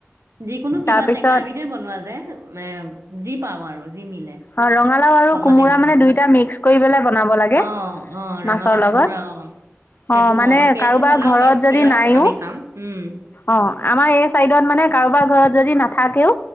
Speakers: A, on the right (about 85°); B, on the left (about 45°).
A: যিকোনো
B: তাৰপিছত
A: কিবা টেঙা এবিধে বনোৱা যে এ যি পাম আৰু যি মিলে
B: অ ৰঙালাও আৰু
A: কঙালী
B: কোমোৰা
A: বিহুত
B: মানে দুয়োটা মিক্স কৰি পেলাই বনাব লাগে
A: অ অ
B: মাছৰ
A: ৰঙালাও
B: লগত
A: কোমোৰা অ সেইটো
B: অ মানে
A: সেইটো
B: কাৰোবাৰ
A: বনাও
B: ঘৰত
A: বাৰু
B: যদি
A: সেয়াও
B: নাইও
A: আমি খাম হোম
B: অ আমাৰ এই চাইডত মানে কাৰোবাৰ ঘৰত যদি নাথাকেও